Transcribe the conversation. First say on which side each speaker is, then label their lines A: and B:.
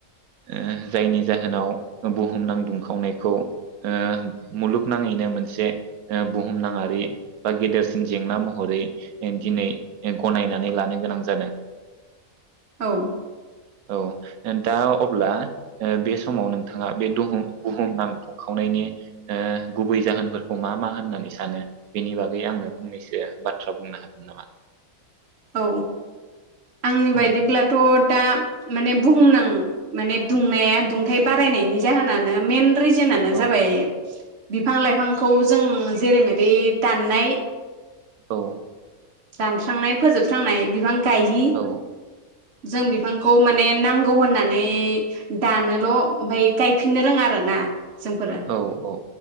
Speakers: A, on the right; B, on the right.
A: ओ जायनि जाहोनाव बुहुम नां दुंखावनायखौ ओ मुलुगनाङैनो मोनसे बुहुमनााङारि बा गेदेरसिन जेंना महरै दिनै गनायनानै लानो गोनां जादों
B: औ
A: औ दा अब्ला बे समाव नों नोंथाङा बे दह बुहुम नाम दुंखावनायनि ओ गुबै जाहोनफोरखौ मा मा होननानै सानो बेनि बागै आंनो फंनैसो बाथ्रा बुंनो हागोन नामा
B: औ आंनि बायदिब्लाथ'
A: औ
B: दा माने बुहुमनां माने दुंनाया दुंथाय बारायनायनि जाहोनानो मेन रिजोननो
A: औ
B: जाबाय बिफां लाइफांखौ जों जेरैमेरै दाननाय
A: औ
B: दानस्रांनाय फोजोबस्रांनाय बिफां गायि
A: औ
B: जों बिफांखौ माने नांगौ होननानै दानोल' ओमफ्राय गायफिननो रोङा आरो ना जोंफोरा
A: औ औ